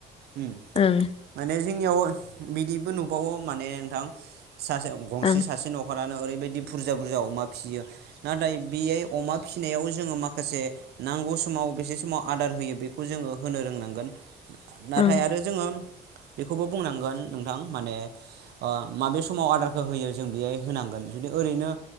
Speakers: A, on the right; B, on the left.
A: उम
B: ओं
A: माने जोंनियाव बिदिबो नुबावो माने नोंथां सासे गंसे
B: ओं
A: सासे न'खरानो ओरै बायदि बुरजा बुरजा अमा फिसियो नाथाय बेयै अमा फिसिनायाव जोङो माखासे नांगौ समाव बेसे समाव आदार होयो बे खौ जोङो होनो रोंनांगोन नाथाय
B: ओं
A: आरो जोङो बेखौबो बुंनांगोन नोंथां माने ओ माबे समाव आदारखौ होयो जों बेहाय होनांगोन जुदि ओरैनो